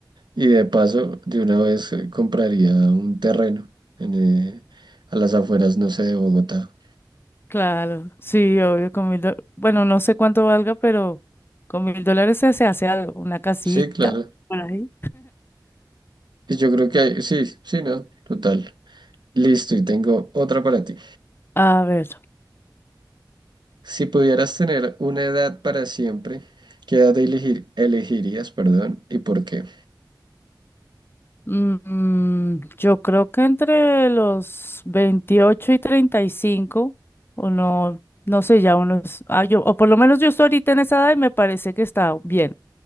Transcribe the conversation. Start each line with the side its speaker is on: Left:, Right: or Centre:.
Right: Y de paso, de una vez eh, compraría un terreno en, eh, a las afueras, no sé, de Bogotá.
Left: Claro, sí, obvio, con mil dólares. Bueno, no sé cuánto valga, pero con mil dólares se se hace algo, una casita
Right: Sí, claro.
Left: por ahí.
Right: Y yo creo que hay, sí, sí, no, total. Listo, y tengo otra para ti.
Left: A ver,
Right: Si pudieras tener una edad para siempre, ¿qué edad elegir- elegirías, perdón, y por qué?
Left: mm, yo creo que entre los 28 y 35 o no, no sé, ya unos, ah, yo, o por lo menos yo estoy ahorita en esa edad y me parece que está bien.